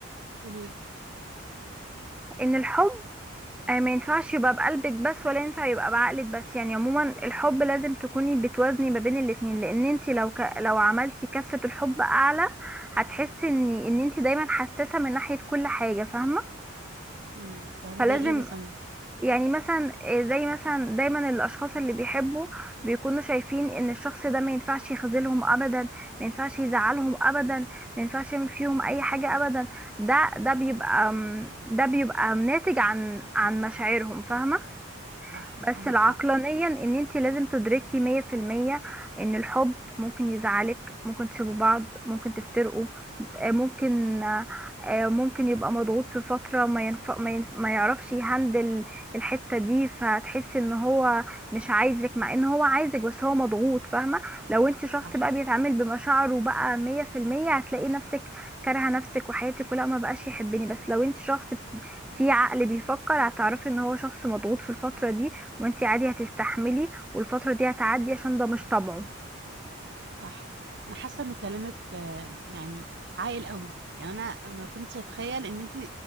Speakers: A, on the right (about 55°); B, in the centre.
A: قوليلي
B: ان الحب آه، ما ينفعش يبقى بقلبك بس ولا ينفع يبقى بعقلك بس يعني عموما الحب لازم تكوني بتوازني ما بين الاتنين لان انت لو ك... لو عملتي كفة الحب اعلى هتحسي ان ان انت دايما حساسة من ناحية كل حاجة فاهمة
A: امم فاهمة
B: فلازم
A: زي ايه مثلا
B: يعني مثلا آه، زي مثلا دايما الاشخاص اللي بيحبوا بيكونوا شايفين ان الشخص ده ما ينفعش يخذلهم ابدا ما ينفعش يزعلهم ابدا ما ينفعش يعمل فيهم اي حاجة ابدا ده ده بيبقى
A: مم.
B: ده بيبقى ناتج عن عن مشاعرهم فاهمة
A: صح
B: بس
A: عندك
B: العقلانيا
A: حق
B: ان انت لازم تدركي مية في المية ان الحب ممكن يزعلك ممكن تسيبوا بعض ممكن تفترقوا آه، ممكن آه، آه، ممكن يبقى مضغوط في فترة ما ينف... ما, ين... ما يعرفش يهندل الحتة دي فتحس ان هو مش عايزك مع ان هو عايزك بس هو مضغوط فاهمة لو انت شخص
A: صح
B: بقى بيتعامل بمشاعره بقى مية في المية هتلاقي نفسك كارهة نفسك وحياتك ولا ما بقاش يحبني بس لو انت شخص في عقل بيفكر هتعرفي ان هو شخص مضغوط في الفترة دي وانتي عادي هتستحملي والفترة دي هتعدي عشان ده مش طبعه
A: صح انا حاسه ان كلامك آه، يعني عاقل قوي يعني انا ما كنتش اتخيل ان انت